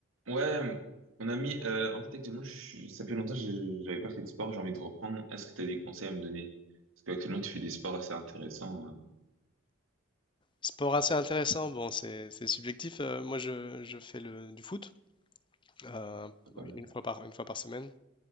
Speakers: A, on the right (about 80°); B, on the left (about 20°).
A: Ouais, on a mis. euh, en fait, actuellement, je suis- ça fait longtemps que je- j'avais pas fait de sport, j'ai envie de reprendre. Est-ce que tu as des conseils à me donner? Parce qu'actuellement, tu fais des sports assez intéressants. euh,
B: Sport assez intéressant, bon, c'est c'est subjectif. euh, moi, je, je fais le, du foot euh,
A: pas mal.
B: une fois par, une fois par semaine.